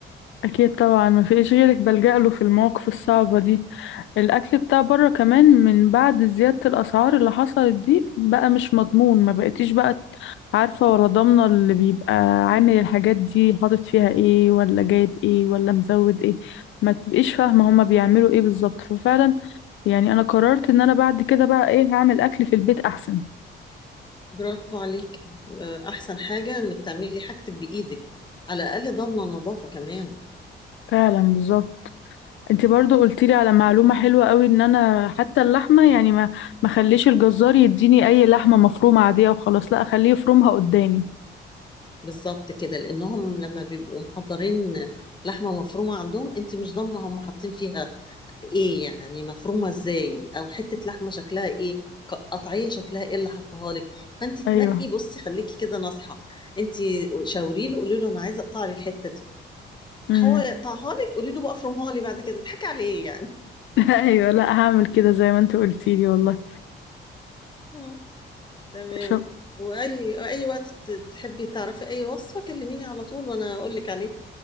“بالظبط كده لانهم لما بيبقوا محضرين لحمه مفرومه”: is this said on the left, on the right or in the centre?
Left